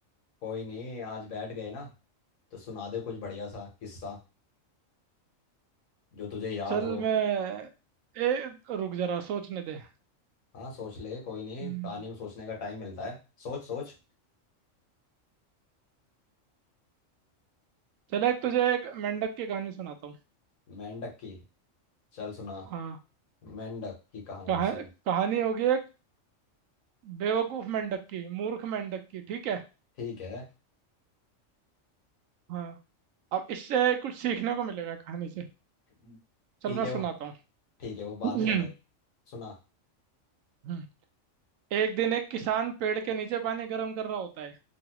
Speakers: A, on the left; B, on the right.
A: कोई नहीं आज बैठ गए ना तो सुना दे कुछ बढ़िया सा किस्सा जो तुझे याद
B: चल
A: हो
B: मैं ए रुक जरा सोचने दे
A: हाँ सोच ले कोई नहीं
B: हम्म,
A: कहानी में सोचने का टाइम मिलता है सोच सोच
B: चल एक तुझे एक मेंढक की कहानी सुनाता हूँ
A: मेंढक की चल सुना
B: हाँ
A: मेंढक की कहानी
B: कहा,
A: सुन
B: कहानी होगी एक बेवकूफ मेंढक की मूर्ख मेंढक की ठीक है
A: ठीक है
B: हाँ अब इससे कुछ सीखने को मिलेगा कहानी से
A: हम्म।
B: चल
A: ठीक
B: मैं
A: है वो
B: सुनाता
A: ठीक है वो
B: हूँ
A: बाद में बता
B: <clears throat>
A: सुना
B: हम्म, एक दिन एक किसान पेड़ के नीचे पानी गर्म कर रहा होता है